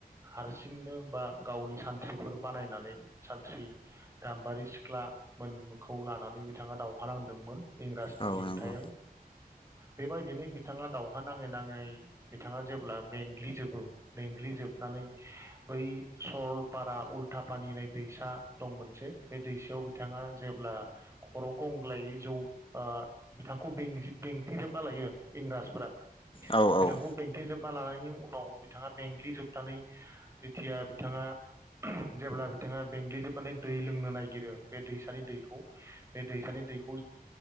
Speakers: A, on the right; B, on the left.
A: हारसिंनो बा गावनि सानथ्रिफोर बानायनानै सानथ्रि। गाम्बारि सिख्ला। मोनखौ लानानै बिथाङा दावहा नांदोंमोन इंराजिनि
B: औ
A: हेंथायै।
B: नंगौ
A: बेबायदिनो बिथाङा दाावहा नाङै नाङै बिथाङा जेब्ला मेंग्लिजोबो। मेंग्लिजोबनानै बै सरलपारा उल्था पानिनाय होन्नाय दैसा। दं मोनसे बे दैसायाव बिथाङा जेब्ला। खर' गंग्लायै जौ ओ बिथांखौ बें बेंथिजोब। ना लायो इंराजफोरा
B: औ
A: बिथांखौ
B: औ
A: बें। थे जोबना लानायनि उनाव बिथाङा मेंंग्लिजोबनानै जेथिया बिथाङा। जेब्ला बिथाङा मेंग्लि जोबनानै दै लोंनो नागिरो बे दैसानि दैखौ। बे दैसानि दैखौ